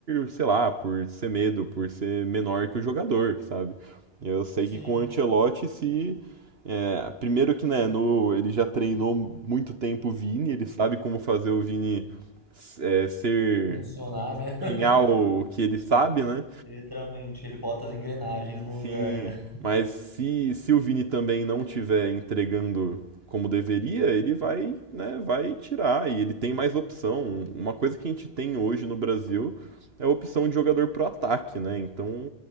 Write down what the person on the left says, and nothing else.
Sim,
funcionar, né? <laughs>
Literalmente, ele bota as engrenagens no
lugar, né?